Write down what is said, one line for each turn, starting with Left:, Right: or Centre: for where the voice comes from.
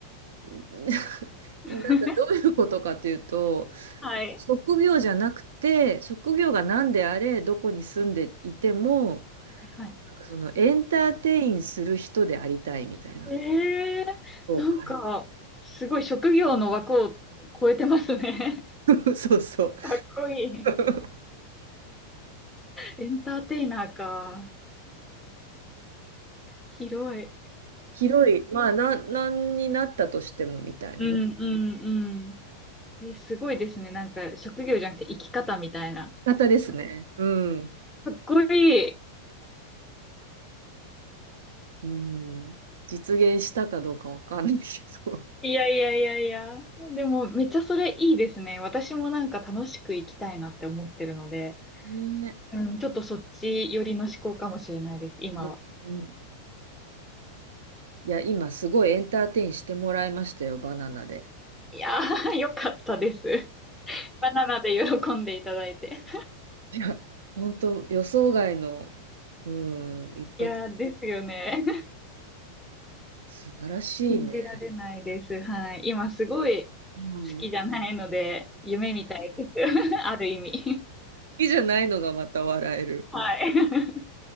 Right: <laughs>
Centre: <laughs>
Right: なんかどういうことかというと、
Centre: はい。
Right: 職業じゃなくて、職業が何であれ、どこに住んでいても、
Centre: はいはい。
Right: なんかそのエンターテインする人でありたいみたいな。
Centre: えー、
Right: そう書い
Centre: なんか、すごい職業の枠を超えてますね。
Right: て <laughs> そうそう。
Centre: <laughs> かっこいい。
Right: <laughs>
Centre: エンターテイナーか。広い。
Right: 広い、まあ、な、なんになったとしてもみたいなね。
Centre: うんうんうん。え、すごいですね。なんか、職業じゃなくて生き方みたいな。
Right: 方ですね。
Centre: そ
Right: うん。
Centre: かっこいい。
Right: うん。実現したかどうかわかんないけど。
Centre: いやいやいやいや。でも、めっちゃそれいいですね。私もなんか楽しく生きたいなって思ってるので、
Right: ね
Centre: うん、ちょっとそっち寄りの思考かもしれないです、今は。
Right: うんうんいや、今すごいエンターテインしてもらいましたよ、バナナで。
Centre: いやー、<laughs> よかったです。バナナで喜んでいただいて。
Right: いや、本当予想外の、うん、一発、
Centre: いやー、ですよね。
Right: 素晴らしいね。
Centre: 信じられないです。はい。今すごい
Right: うん。
Centre: 好きじゃないので、
Right: 好
Centre: 夢みたいです。<laughs> ある意味。
Right: きじゃないのがまた笑える。
Centre: はい。<laughs>